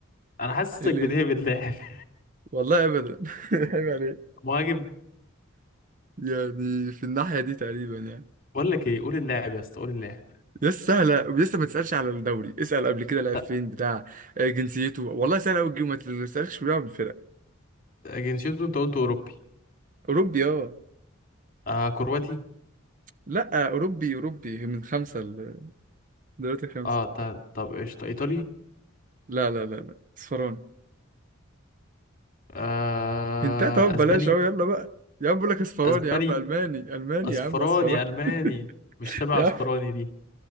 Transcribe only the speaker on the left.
انا حاسسك
بتهبد لاعب <laughs>
مهاجم
بقول لك ايه قول اللاعب يا اسطى قول اللاعب
طب
جنسيته انت قلت اوروبي
آه كرواتي
اه طب طب قشطة ايطالي
آه
اسباني
اسباني
اصفراني
الماني
مش سبع
اصفراني
دي